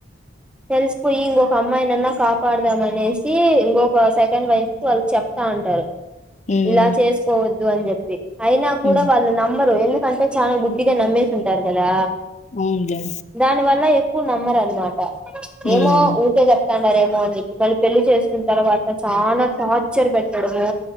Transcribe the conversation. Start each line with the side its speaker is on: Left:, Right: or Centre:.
Centre: తెల్స్ పొయ్యి ఇంగొక అమ్మాయినన్న కాపాడదాం అనేసి ఒక సెకండ్ వైఫ్కి వాళ్ళు చెప్తా ఉంటరు.
Left: హ్మ్
Centre: ఇలా చేసుకోవో వద్దు అని చెప్పి అయినా
Left: హ్మ్
Centre: కూడా వాళ్ళు నమ్మరు ఎందుకంటే చాలా బు నమ్మేసి ఉంటరు కదా
Left: అవునులే
Centre: దాని వల్ల ఎక్కువ నమ్ నమ్మారాన్మాట
Left: హ్మ్
Centre: ఏమో ఉంటే చె న్నారేమో అందుక మళ్ళీ పెళ్లి చేసుకున్న తర్వాత చాలా టార్చర్ పెట్టడము